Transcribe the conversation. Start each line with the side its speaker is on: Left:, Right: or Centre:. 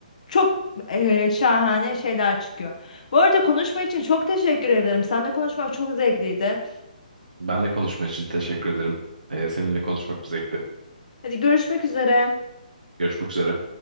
Left: çok e, şahane şeyler çıkıyor. Bu arada konuşma için çok teşekkür ederim. Seninle konuşmak çok zevkliydi.
Right: Ben de konuşma için teşekkür ederim. E, seninle konuşmak bir zevkti.
Left: Hadi görüşmek üzere.
Right: Görüşmek üzere.